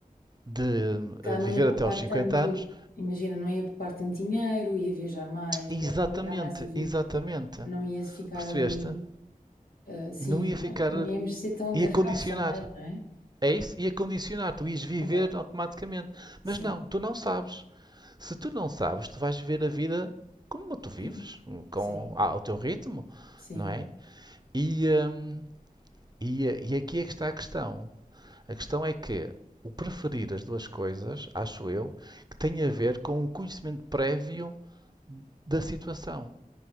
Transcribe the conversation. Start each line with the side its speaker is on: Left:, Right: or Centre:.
Right: de
Left: Cá
Right: eh,
Left: não
Right: viver
Left: ia poupar
Right: até aos 50
Left: tanto,
Right: anos.
Left: imagina, não ia poupar tanto dinheiro, ia viajar mais,
Right: Exatamente,
Left: ia aproveitar mais a vida.
Right: exatamente.
Left: Não ia ficar
Right: Percebeste?
Left: ali, ah, sim,
Right: Não ia ficar,
Left: não, não íamos ser tão agarrados
Right: ia condicionar.
Left: também, não é?
Right: É isso? Ia condicionar, tu ias viver
Left: Completa.
Right: automaticamente.
Left: Sim,
Right: Mas não, tu não sabes. Se tu não sabes, tu vais viver a vida como tu vives,
Left: sim,
Right: com
Left: sim,
Right: ah, o teu ritmo,
Left: sim.
Right: não é? E, hum, e, e aqui é que está a questão. A questão é que o preferir as duas coisas, acho eu, que tem a ver com o conhecimento prévio da situação.